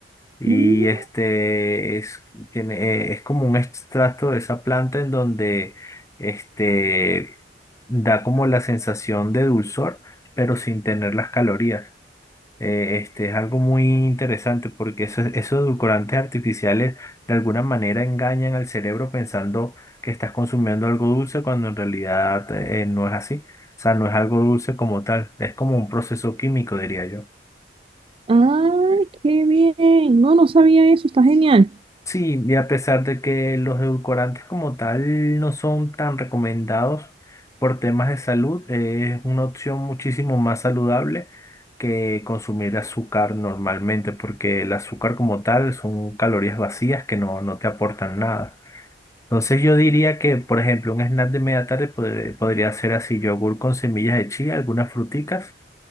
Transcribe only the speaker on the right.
Mm,
Ay, qué bien. No, no sabía eso, está genial.